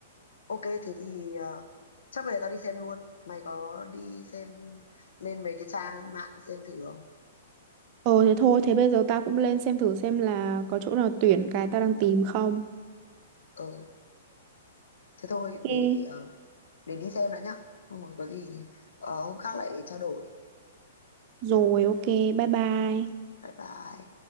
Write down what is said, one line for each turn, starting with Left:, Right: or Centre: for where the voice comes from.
Left: ok thế thì ờ, chắc bây giờ tao đi xem luôn mày có đi xem lên mấy cái trang mạng xem thử không
Right: Ừ thế thôi, thế bây giờ tao cũng lên xem thử xem là có chỗ nào tuyển cái tao đang tìm không.
Left: ờ thế thôi để
Right: Ok.
Left: ờ, để đi xem đã nhá không rồi có gì ờ, hôm khác lại trao đổi
Right: Rồi ok, bye bye.
Left: bye bye